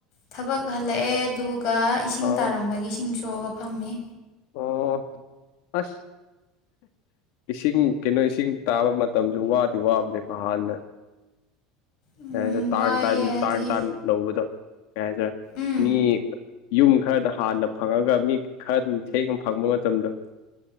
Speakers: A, on the left; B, on the left.
A: ꯊꯕꯛ ꯍꯜꯂꯛꯑꯦ ꯑꯗꯨꯒ ꯏꯁꯤꯡ
B: ꯑꯥ
A: ꯇꯥꯔꯝꯕꯒꯤ ꯏꯁꯤꯡꯁꯨ ꯆꯣꯒ ꯐꯥꯝꯃꯤ꯫
B: ꯑꯣ ꯑꯁ ꯏꯁꯤꯡ ꯀꯩꯅꯣ ꯏꯁꯤꯡ ꯇꯥꯕ ꯃꯠ ꯃꯇꯝꯁꯨ ꯋꯥꯗꯤ ꯋꯥꯕꯅꯦꯀꯣ ꯍꯥꯟꯅ꫰꫰
A: ꯎꯝ
B: ꯀꯩꯁꯦ ꯍꯥꯏꯗꯣꯏꯅꯣ
A: ꯋꯥꯏꯑꯦ
B: ꯇꯥꯟ ꯇ
A: ꯍꯥꯏꯗꯤ
B: ꯇꯥꯟ ꯇꯥꯟ ꯂꯧꯕꯗꯣ ꯀꯩ ꯍꯥꯏꯗꯣꯏꯅꯣ
A: ꯎꯝ
B: ꯃꯤ꯫ ꯌꯨꯝ ꯈꯔꯗ ꯍꯥꯟꯅ ꯐꯪꯉꯒ ꯃꯤ ꯈꯔꯝ ꯊꯦꯡꯅ ꯐꯪꯕ ꯃꯇꯝꯗꯣ꯫